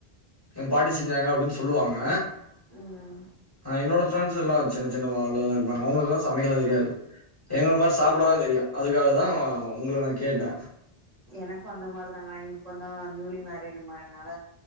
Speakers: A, on the left; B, on the right.
A: எங்க பாட்டி செஞ்சாங்க அப்டின்னு சொல்லுவாங்க
B: ம்
A: ஆ என்னோட ஃப்ரெண்ட்ஸ் எல்லா சின்ன சின்ன வாள்லதா இருப்பாங்க அவுங்களுக்குல்லா சமைக்கலா தெரியாது எங்கள மாரி சாப்புட தா தெரியு அதுக்காக தா உங்கள நா கேட்டே
B: எனக்கு அந்த மாரி தாங்க நா இப்ப தா நியூலி மேரிடு மாரனால